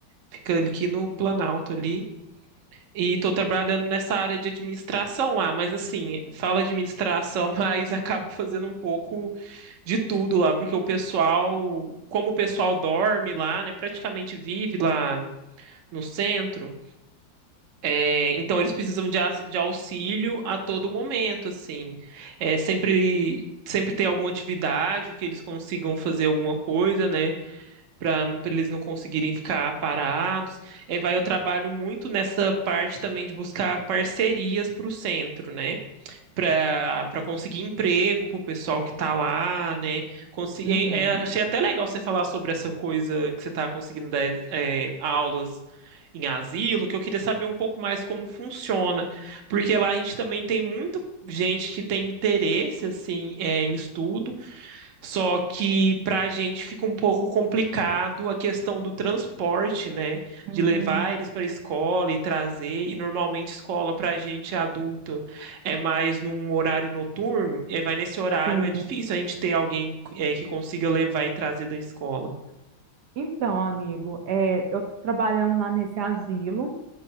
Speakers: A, on the right; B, on the right.
A: fica ali aqui no Planalto ali. E estou trabalhando nessa área de administração lá, mas assim, fala administração, <laughs> mas acabo fazendo um pouco de tudo lá, porque o pessoal, como o pessoal dorme lá, né, praticamente vive lá no centro. É, então eles precisam de, a- de auxílio a todo momento, assim. É, sempre sempre ter alguma atividade que eles consigam fazer alguma coisa, né, para eles não conseguirem ficar parados. É, vai, eu trabalho muito nessa parte também de buscar parcerias para o centro, né? para para conseguir emprego para o pessoal que está lá, né? Consi-
B: Uhum.
A: é- é, achei até legal você falar sobre essa coisa que você está conseguindo dar é, aulas em asilo, que eu queria saber um pouco mais como funciona, porque lá a gente também tem muito gente que tem interesse assim é, em estudo só que para a gente fica um pouco complicado a questão do transporte, né?
B: Hum,
A: De levar eles para a escola e trazer. E normalmente escola para a gente adulta é mais num horário noturno. E aí vai nesse horário,
B: sim.
A: é difícil a gente ter alguém é, que consiga levar e trazer da escola.
B: Então, amigo, é, eu estou trabalhando lá nesse asilo,